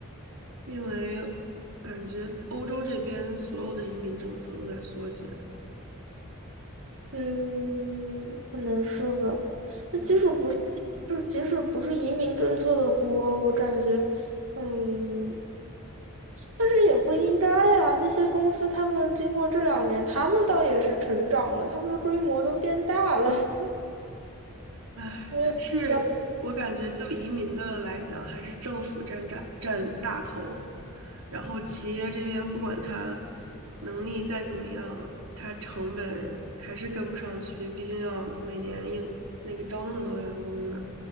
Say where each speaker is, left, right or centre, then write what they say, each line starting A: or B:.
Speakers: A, on the right; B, on the right.
A: 因为感觉欧洲这边所有的移民政策都在缩减。
B: 嗯，可能是吧。那即使不，
A: 嗯，
B: 就是即使不是移民政策的锅，我感觉，嗯。但是也不应该呀，那些公司他们经过这两年，他们倒也是成长了，他们的规模都变大了。<laughs>
A: 唉，
B: 我也不知道
A: 但是我感觉就移民的来讲，还是政府占占占大头，然后企业这边不管它
B: 嗯
A: 能力再怎么样，它成本还是跟不上去，毕竟要每年应那个招那么多员工呢。